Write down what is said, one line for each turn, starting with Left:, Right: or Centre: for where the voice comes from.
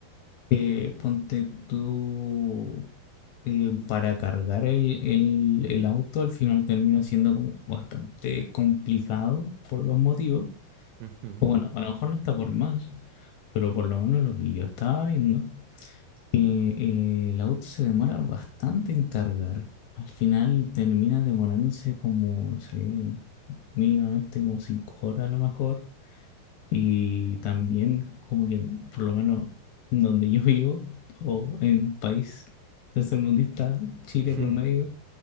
Left: Eh, ponte tú eh, para cargar el, el, el auto, al final termina siendo como bastante complicado por dos motivos.
Right: Ujú.
Left: O bueno, a lo mejor no está por más, pero por lo menos lo que yo estaba viendo, que eh, el auto se demora bastante en cargar. Al final termina demorándose como, no sé, mínimamente como cinco horas a lo mejor. Y también, como que por lo menos donde yo <laughs> vivo, o en país tercermundista, Chile
Right: <laughs>
Left: promedio,
Right: Ujú.